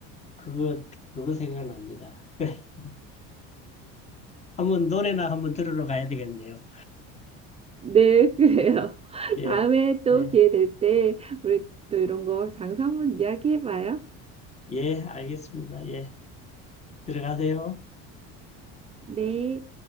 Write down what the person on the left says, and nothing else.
그거 그거 생각납니다. <laughs> 한번 노래나 한번 들으러 가야 되겠네요.
예.
예.
예, 알겠습니다. 예. 들어가세요.